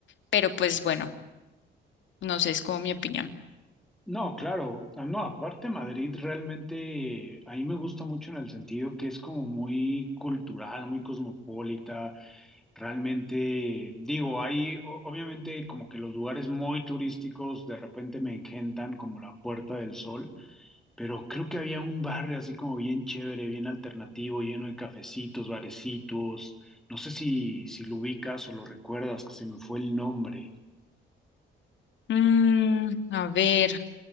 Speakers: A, on the left; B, in the centre.
A: pero pues bueno, no sé, es como mi opinión.
B: No, claro, Ah, no, aparte Madrid realmente a mí me gusta mucho en el sentido que es como muy cultural, muy cosmopolita. Realmente, digo, hay o- obviamente como que los lugares muy turísticos de repente me engentan como la Puerta del Sol. Pero creo que había un barrio así como bien chévere, bien alternativo, lleno de cafecitos, barecitos. No sé si, si lo ubicas o lo recuerdas, que se me fue el nombre.
A: Mm, a ver,